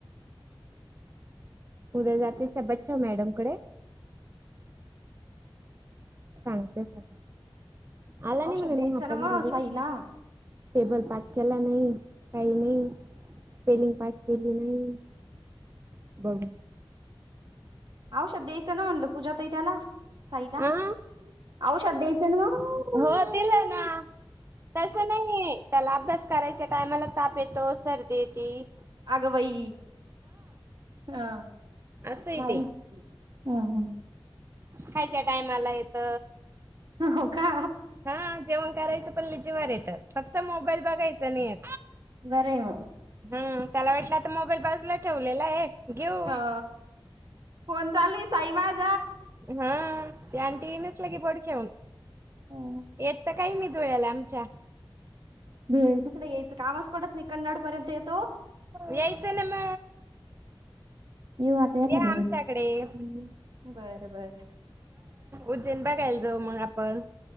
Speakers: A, on the right (about 30°); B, on the right (about 60°).
A: उद्या जातिश बच्चव मॅडम कडे. सांगते सग आला नाही
B: औषध
A: म्ह
B: द्यायचं
A: ना मात.
B: मग साईला
A: टेबल पाठ केला नाही काही नाही. स्पेलिंग पाठ केली नाही बघ.
B: औषा द्यायचं ना म्हणलं पूजा तै त्याला साईला.
A: हा
B: आऔषधथ ना वा
A: हो दिलं ना तसं नाही त्याला अभ्यास करायच्या टायमाला ताप येतो सर्दीची
B: अगवई हा
A: असं आहे
B: हा
A: ते खायच्या टायमाला येत.
B: ह हो का.
A: हा जेवण करायचं पण ल जिवार येत फक्त मोबाईल बघायचा नाही.
B: वराव.
A: हम त्याला वाटलं तर मोबाईल बाजूला ठेवलेला आहे. घेऊ
B: हा फोन चालू साई वाज..
A: हा ते आंटी नच ला के बडख्याऊन..
B: हम्म
A: येत तर काही मी धुळ्याला आमच्या..
B: ह तुकडडे यायचं कामच पडत न कन्नाडपर्यंत येत
A: येयच ना म.
B: येऊ आता एखाद्या
A: या
B: वेळेस
A: आमच्याकडे हा..
B: हम्म बरं बरं
A: उज्जैन बघायला जाव मग आपण.